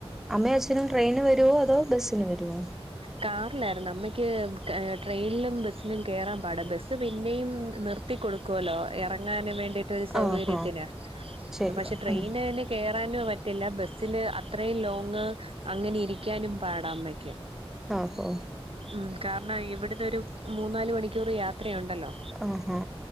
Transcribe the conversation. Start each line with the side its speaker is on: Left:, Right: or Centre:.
Centre: അമ്മയും അച്ഛനും ട്രെയിന് വരുവോ അതോ ബസ്സിന് വരുവോ
Right: കാറിലായിരുന്നു അമ്മക്ക് ട്രെയിനിലും ബസ്സിലും കേറാൻ പാടാ ബസ്സ് പിന്നെയും നിർ ർത്തി കൊടുക്കുവല്ലോ ഇറങ്ങാന് വേണ്ടിട്ട് ഒരു സൗകര്യത്തിന്
Centre: ആഹാ ശരിയാ
Right: പക്ഷെ ട്രെയിനിന്
Centre: ഉം
Right: കേറാനോ പറ്റില്ല ബസ്സില് അത്രയും ലോങ് അങ്ങനെ ഇരിക്കാനും പാടാ അമ്മക്ക്
Centre: ഓഹോ
Right: മം കാരണം ഇവിടന്നോരു മൂന്നാല് മണിക്കൂറ് യാത്രയുണ്ടല്ലോ
Centre: ആ ഹാ